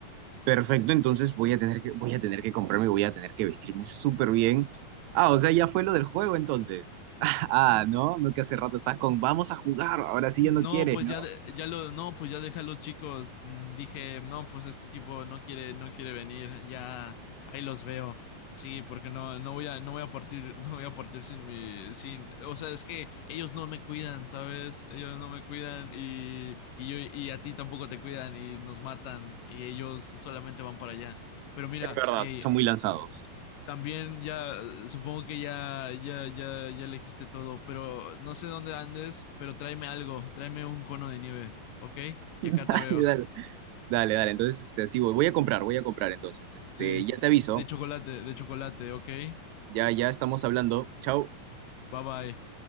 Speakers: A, on the right; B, on the left.
A: Perfecto, entonces voy a tener que, voy a tener que comprarme, voy a tener que vestirme súper bien. Ah, o sea, ya fue lo del juego entonces. <laughs> Ah, no, no que hace rato estás con, vamos a jugar, ahora
B: <clears throat>
A: sí
B: No,
A: ya no quieres,
B: pues
A: ¿no?
B: ya, de- ya lo, no, pues ya deja a los chicos. Mm, Dije, no, pues este tipo no quiere, no quiere venir. Ya, ahí los veo. Sí, porque no, no voy a, no voy a partir, <laughs> no voy a partir sin mi, sin, o sea, es que ellos no me cuidan, ¿sabes? Ellos no me cuidan y, y yo, y a ti tampoco te cuidan y nos matan y ellos solamente van para allá. Pero mira,
A: Es verdad,
B: hey,
A: son muy lanzados.
B: también ya, eh, supongo que ya, ya, ya, ya elegiste todo, pero no sé dónde andes, pero tráeme algo, tráeme un cono de nieve, ¿ok? Y
A: <laughs>
B: acá te veo,
A: Dale, dale, dale, dale, entonces, este, sí, voy, voy a comprar, voy a comprar entonces, este,
B: sí,
A: ya te aviso,
B: de chocolate, de chocolate, ¿ok? Bye
A: ya, ya estamos hablando, chao.
B: bye.